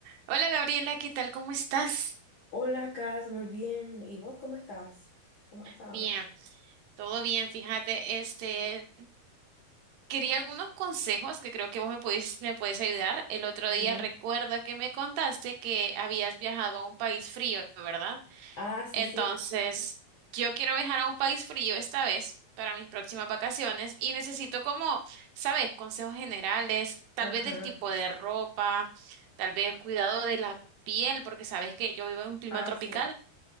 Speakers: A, on the right; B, on the left.
A: Hola Gabriela, ¿qué tal? ¿Cómo estás?
B: Hola, Cas, muy bien. ¿Y vos cómo estás? ¿Cómo has estado?
A: Bien, todo bien, fíjate, este, quería algunos consejos que creo que vos me podés, me puedes ayudar. El otro día
B: Mm.
A: recuerdo que me contaste que habías viajado a un país frío, ¿verdad?
B: Ah, sí,
A: Entonces,
B: sí.
A: yo quiero viajar a un país frío esta vez para mis próximas vacaciones y necesito como, ¿sabes? Consejos generales, tal
B: Ajá.
A: vez del tipo de ropa, tal vez cuidado de la piel, porque sabes que yo vivo en un clima
B: Ah,
A: tropical.
B: sí.